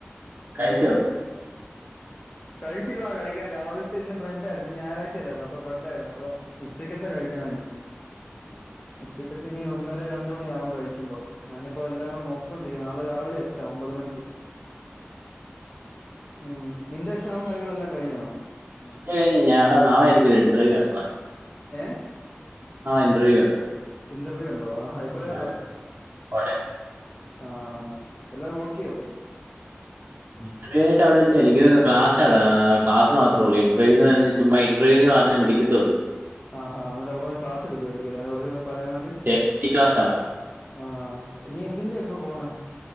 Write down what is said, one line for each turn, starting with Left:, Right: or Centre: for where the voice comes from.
Left: പിന്നെ
Right: കഴിച്ചോ?.
Left: കഴിച്ചില്ലടാ. കഴിക്കാൻ രാവിലത്തെ ഇന്ന് ബ്രഡായിരുന്നു. ഞായറാഴ്ചയല്ലായിരുന്നു അപ്പൊ ബ്രഡായിയിരുന്നു. അപ്പ ഉച്ച ക്കത്തെ കഴിക്കണം ഇനി
Right: ഉം ഉം
Left: ച്ചക്കത്തിനി ഒന്നര രണ്ടു മണിയാകും കഴിക്കുമ്പോ. ഞാനിപ്പോ എല്ലാം കൂടെ നോക്കിക്കൊണ്ടിരിക്കുന്നു. നാളെ രാവിലെ എക് എക്സാം ഒമ്പത് മണിക്ക്. ഉം നിന്റെ എക്സാമും കാര്യങ്ങളുല്ലാം കഴിഞ്ഞോ?.
Right: എന്റെ കഴിഞ്ഞ് ഞാട നാളെ എനിക്ക് ഒരു ഇന്റർവ്യുണ്ടടാ.
Left: ഏഹ്
Right: ഇന്റർവ്യൂ ഉണ്ട്
Left: ഇന്റർവ്യൂ ഉണ്ടോ ആഹാ എവിടെയായിട്ടാ.
Right: ആ, കോട്ടെ
Left: ആഹ് എല്ലാം നോക്കിയോ?.
Right: ഇന്റർവ്യൂ ആയിട്ട് അവിടെ ഇല്ല എനിക്ക് ക്ലാസാടാ ക്ലാസ് മാത്രേ ഉള്ളൂ ഇന്റർവൂ എന്ന് പറഞ്ഞ ചുമ്മാ ഇന്റർവ്യൂന്ന് പറഞ്ഞ് വിളിക്കത്തേള്ളൂ.
Left: ആഹ് എന്നിട്ട് അവിടെ നിന്ന് ക്ലാസ് എടുക്കുമായിരിക്കുമല്ലോ? അതിനെ കുറച്ച് പറയാൻ വേണ്ടി.
Right: ഡെയിലി ക്ലാസ്സാടാ
Left: ആഹ് നീ എന്തിൻ്റെ ഇപ്പ പോന്നേ.